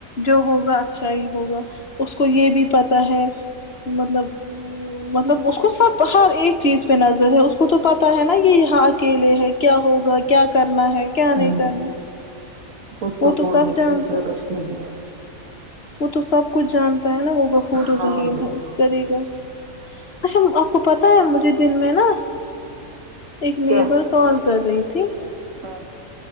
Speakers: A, on the left (about 50°); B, on the right (about 65°).
A: جو ہوگا اچھا ہی ہوگا اس کو یہ بھی پتا ہے مطلب مطلب اس کو سب ہر ایک چیز پہ نظر ہے اس کو تو پتا ہے نا یہ یہاں اکیلے ہے کیا ہوگا کیا کر کرنا ہے کیا نہیں
B: ہم،
A: کرنا
B: اس
A: وہ
B: کو
A: تو
B: بولنے
A: سب جانتا
B: کی ضرورت
A: ہے
B: نہیں ہے
A: وہ تو سب کچھ جان ہے نا وہ غفور الرحیم
B: ہاں بالکل
A: ہے کری گ اچھا آپ کو پتہ ہے مجھے دن میں نا ایک
B: کیا
A: نیبر کال کر رہی تھی
B: ہاں